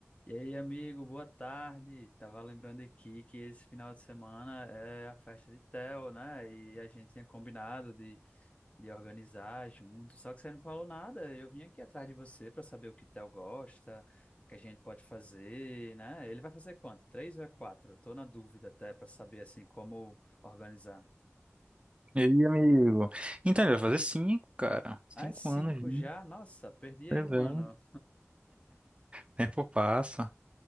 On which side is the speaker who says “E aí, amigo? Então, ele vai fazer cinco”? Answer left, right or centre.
Right